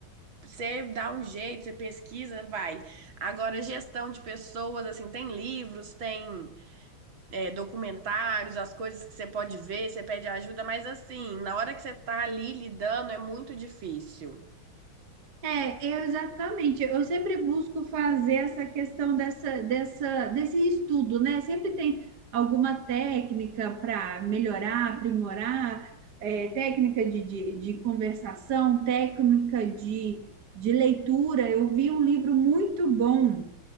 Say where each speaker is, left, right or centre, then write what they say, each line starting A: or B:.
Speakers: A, on the right; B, on the right.
A: você dá um jeito, você pesquisa, vai. Agora, gestão de pessoas, assim, tem livros, tem é, documentários, as coisas que você pode ver, você pede ajuda, mas assim, na hora que você tá ali lidando, é muito difícil.
B: É, eu- exatamente. Eu sempre busco fazer essa questão dessa, dessa, desse estudo, né? Sempre tem alguma técnica para melhorar, aprimorar, é, técnica de, de, de conversação, técnica de, de leitura. Eu vi um livro muito bom.